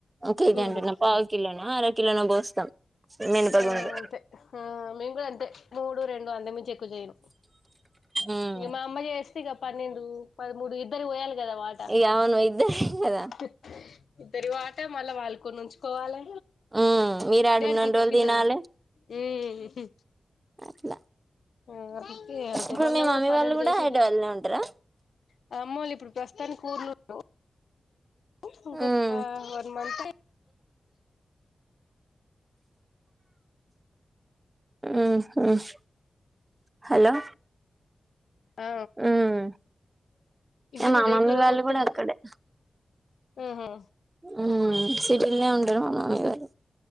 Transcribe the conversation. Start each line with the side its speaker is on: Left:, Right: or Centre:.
Right: కేజి
Left: గుండు
Right: అంటున్న పావు కిలోనో అర కిలోనో పోస్తాం మినపగుండ్లు
Left: ఆ అంతే ఆ మేము కూడా అంతే మూడు రెండు అంతక్ మించి ఎక్కువ చెయను
Right: ఉమ్
Left: ఇగ్ మా అమ్మ చేస్తే పన్నెండు పదమూడు ఇ దరి పోయాలే కదా వాట
Right: ఇగ అవును ఇద్దరే కదా
Left: హ, ఇద్దరి వాట మళ్ళా వాళ్ళు కొన్నించుకో. కోవాలే
Right: ఉమ్ మీరు ఆడున్నన్ని
Left: డ్యాడి కిపో
Right: రోజులు
Left: తిన్నలు
Right: తినాలి
Left: ఉమ్ ఉహు
Right: అట్లా
Left: ఆ ఆకడ్కి అంతే
Right: ఇప్పుడు
Left: మొన్న
Right: మీ
Left: కూడా
Right: మమ్మీ
Left: పన్నెండు
Right: వాళ్ళు కూడా
Left: చేసింది.
Right: హైదరాబాద్లోనే ఉంటారా
Left: మా అమ్మోలు ఇప్పుడు ప్రస్తుతానికి ఊర్లు రు ఉ ఇంకొక
Right: um
Left: one month I
Right: um hmm hello
Left: ఆ
Right: ఉమ్
Left: ఇంటి
Right: మా
Left: మీరేకులు
Right: మమ్మీ వాళ్ళు
Left: కొత్తాగున్నాయ్
Right: కూడా అక్కడే
Left: ఆహా
Right: ఉమ్ సిటిల్నే ఉంటారు మా మామై గారు